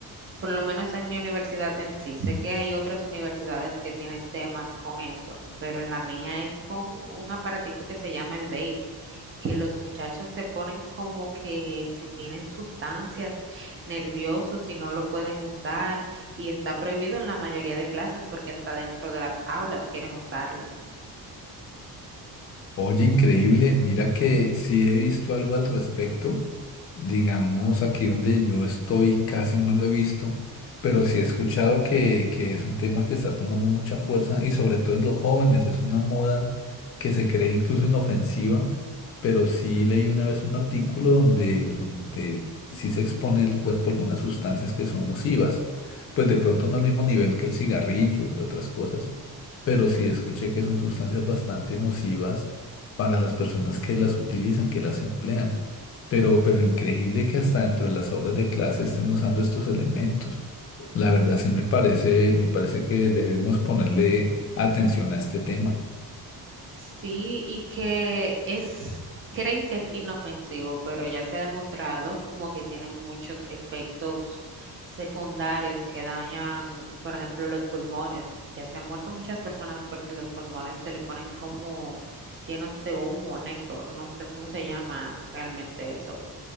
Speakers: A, on the right; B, on the left.
A: por lo menos en mi universidad en sí, sé que hay otras universidades que tienen temas con eso, pero en la mía es con un aparatito que se llama el vape, que los muchachos se ponen como que si tienen sustancias nerviosos, si no lo pueden usar, y está prohibido en la mayoría de clases porque hasta dentro de las aulas quieren usarlo.
B: Oye, increíble. Mira que sí he visto algo al respecto. Digamos, aquí donde yo estoy casi no lo he visto, pero sí he escuchado que, que es un tema que está tomando mucha fuerza y sobre todo en los jóvenes. Es una moda que se cree incluso inofensiva, pero sí leí una vez un artículo donde, donde sí se expone el cuerpo a algunas sustancias que son nocivas. Pues de pronto no al mismo nivel que el cigarrillo, que otras cosas pero sí escuché que son sustancias bastante nocivas para las personas que las utilizan, que las emplean. Pero, pero increíble que hasta dentro de las aulas de clase estén usando estos elementos. La verdad sí me parece, me parece que debemos ponerle atención a este tema.
A: Sí, y que es, creen que es inofensivo, pero ya se ha demostrado como que tienen muchos efectos secundarios que dañan, por ejemplo, los pulmones. Ya se han muerto muchas personas porque los pulmones se le ponen como llenos de humo negro. No sé cómo se llama realmente eso,